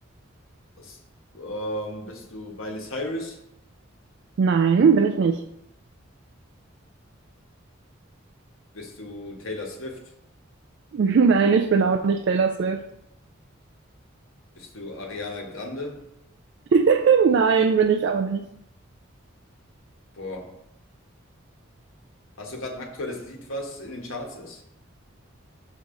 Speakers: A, on the left; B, on the right.
A: Was, ähm, bist du Miley Cyrus?
B: Nein, bin ich nicht.
A: Bist du Taylor Swift?
B: <laughs> Nein, ich bin auch nicht Taylor Swift.
A: Bist du Ariana Grande?
B: <laughs> Nein, bin ich auch nicht.
A: Boah. Hast du gerade ein aktuelles Lied, was in den Charts ist?